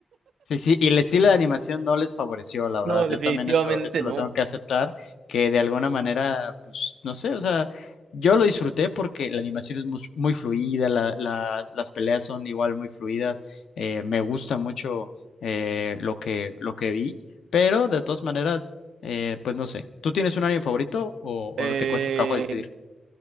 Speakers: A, on the left; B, on the right.
A: Sí, sí, y el estilo de animación no les favoreció, la verdad.
B: no, definitivamente
A: Yo también eso, eso lo
B: no.
A: tengo que aceptar, que de alguna manera, pues, no sé, o sea, yo lo disfruté porque la animación es mus- muy, fluida, la- la- las peleas son igual muy fluidas, eh, me gusta mucho eh, lo que, lo que vi, pero de todas maneras, eh, pues no sé. ¿Tú tienes un anime favorito o,
B: Eh,
A: o te cuesta trabajo decidir?